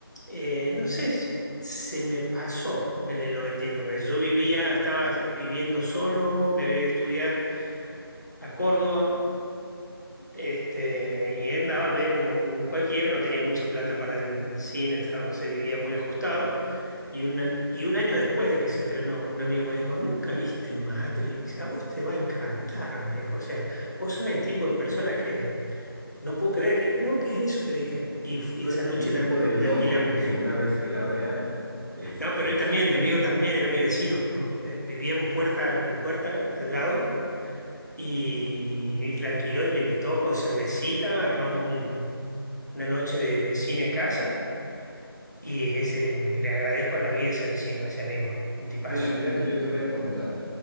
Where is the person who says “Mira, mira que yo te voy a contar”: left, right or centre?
Right